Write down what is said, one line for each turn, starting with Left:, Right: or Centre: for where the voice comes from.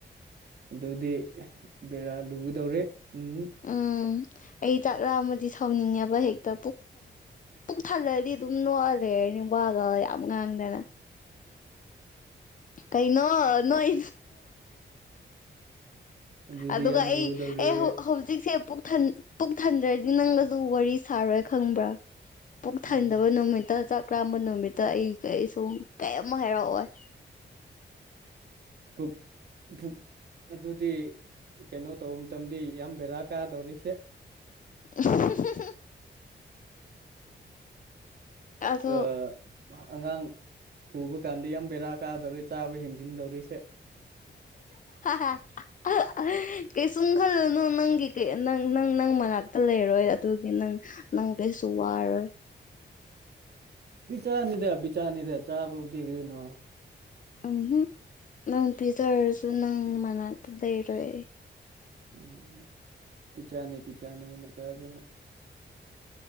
Right: ꯑꯗꯨꯗꯤ ꯕꯦꯔꯥ ꯂꯨꯒꯗꯧꯔꯦ ꯎꯝ
Left: ꯎꯝ ꯑꯩ ꯆꯥꯛꯂꯥ ꯑꯃꯗꯤ ꯁꯥꯎꯅꯤꯡꯉꯦꯕ ꯍꯦꯛꯇ ꯄꯨꯛ ꯊꯜꯂꯗꯤ ꯑꯗꯨꯝ ꯅꯣꯛꯑꯜꯂꯦꯔꯅꯤ ꯌꯥꯝ ꯉꯥꯡꯗꯅ ꯀꯩꯅꯣ ꯅꯣꯏ
Right: ꯑꯗꯨꯗꯤ
Left: ꯑꯗꯨꯒ
Right: ꯌꯥꯝ
Left: ꯑꯩ
Right: ꯂꯨꯒꯗꯧꯔꯦ
Left: ꯑꯦ ꯍꯧꯖꯤꯛꯁꯦ ꯄꯨꯛ ꯊꯟꯗ꯭ꯔꯗꯤ ꯅꯪꯒꯁꯨ ꯋꯥꯔꯤ ꯁꯥꯔꯣꯏ ꯈꯪꯕ꯭ꯔꯥ ꯄꯨꯛ ꯊꯥꯏꯟꯗꯕ
Right: ꯎꯝ
Left: ꯅꯨꯃꯤꯠꯇ ꯆꯥꯛ ꯄ꯭ꯔꯥꯝꯕ ꯅꯨꯃꯤꯠꯇ ꯑꯩ ꯀ ꯁꯨꯝ ꯀꯩꯝ ꯍꯥꯏꯔꯥꯎꯑꯣꯏ
Right: ꯄ ꯛ ꯑꯗꯨꯗꯤ ꯀꯩꯅꯣ ꯇꯧꯕ ꯃꯇꯝꯗꯤ ꯌꯥꯝ ꯕꯦꯔꯥ ꯀꯥꯗꯧꯔꯤꯁꯦ
Left: <inaudible> ꯑꯗꯣ
Right: ꯑ ꯑꯉꯥꯡ ꯄꯨꯕ ꯀꯥꯟꯗ ꯌꯥꯝ ꯕꯦꯔꯥ ꯀꯥꯗꯧꯔꯤ ꯆꯥꯕ ꯍꯦꯟꯖꯤꯟꯗꯧꯔꯤꯁꯦ
Left: <inaudible> ꯀꯩꯁꯨꯝ ꯈꯜꯂꯨꯅꯨ ꯅꯪꯒꯤ ꯅꯪ ꯅꯪ ꯃꯅꯥꯛꯇ ꯂꯩꯔꯣꯏ ꯑꯗꯨꯒꯤ ꯅꯪ ꯅꯪ ꯀꯩꯁꯨ ꯋꯥꯔꯣꯏ
Right: ꯕꯤꯆꯥꯅꯤꯗꯕꯤꯆꯥꯅꯤꯗ ꯆꯥꯕꯕꯨꯗꯤ ꯀꯅꯣ
Left: ꯎꯝ ꯅꯪ ꯄꯤꯖꯔꯁꯨ ꯅꯪ ꯃꯅꯥꯛꯇ ꯂꯩꯔꯣꯏ
Right: ꯎꯝ ꯄꯤꯆꯥꯅꯤ ꯄꯤꯆꯥꯅꯤꯅ ꯐꯖꯅ